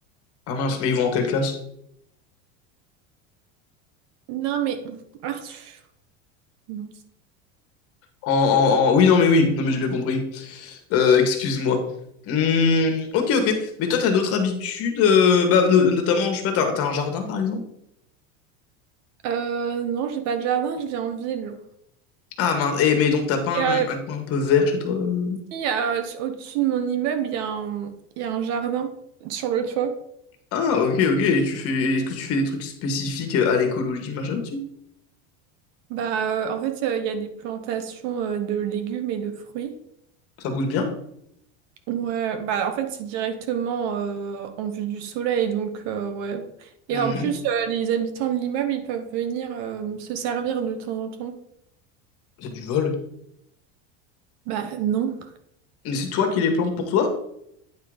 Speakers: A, on the left; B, on the right.
A: Ah mince, mais ils vont en quelle classe?
B: Non, mais... <sniffs> Ah, pff, mince.
A: En, en, en... Oui, non, mais oui, non, mais j'ai bien compris. Euh, excuse-moi. Hmm, ok, ok. Mais toi, t'as d'autres habitudes, euh, bah, no- notamment, je sais pas, t'as, t'as un jardin par exemple?
B: Euh, non, j'ai pas de jardin, je vis en ville.
A: Ah mince, Eh, mais donc t'as pas
B: Et,
A: un,
B: euh,
A: un coin un peu vert chez toi? euh
B: il y a, euh, au-dessus de mon immeuble, il y a un, il y a un jardin sur le toit.
A: Ah ok, ok. Et tu fais, est-ce que tu fais des trucs spécifiques à l'écologie, machin, dessus?
B: Bah, euh, en fait, euh, il y a des plantations euh, de légumes et de fruits.
A: Ça pousse bien?
B: Ouais, bah en fait c'est directement euh, en vue du soleil, donc euh, ouais.
A: Mhm.
B: Et en plus, euh, les habitants de l'immeuble, ils peuvent venir euh, se servir de temps en temps.
A: C'est du vol.
B: Bah non.
A: Mais c'est toi qui les plantes pour toi?